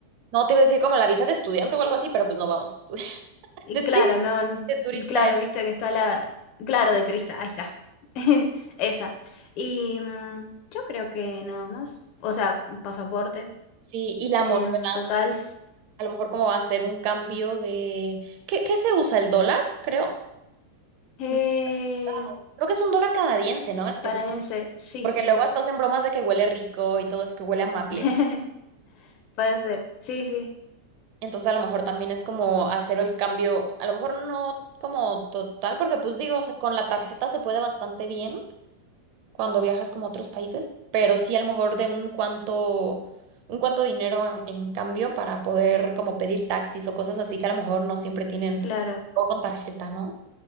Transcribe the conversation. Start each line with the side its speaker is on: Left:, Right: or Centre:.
Right: No, te iba a decir como la visa de estudiante o algo así, pero pues no vamos a estudiar. <laughs>
Left: Y
Right: De
Left: claro,
Right: turista,
Left: no, n-
Right: de turista.
Left: claro,
Right: eh.
Left: viste que está la, claro, de turista, ahí está, <laughs> esa. Y mm, yo creo que nada más, o sea, pasaporte,
Right: Sí, y la
Left: em,
Right: moneda.
Left: total, s-
Right: a lo mejor como va a ser un cambio de... ¿Qué, qué se usa? ¿El dólar? Creo.
Left: eh,
Right: Mm, wow. Creo que es un dólar canadiense, ¿no? Especial.
Left: canadiense, sí,
Right: Porque
Left: sí,
Right: luego hasta hacen bromas de que huele rico y todo eso, que huele a maple.
Left: <laughs> puede ser, sí, sí,
Right: Entonces a lo mejor también es como hacer el cambio, a lo mejor no como total, porque pues digo, se- con la tarjeta se puede bastante bien cuando viajas como a otros países, pero sí a lo mejor de un cuanto, un cuanto dinero en, en cambio para poder como pedir taxis o cosas así que a lo mejor no siempre tienen
Left: claro,
Right: o con tarjeta, ¿no?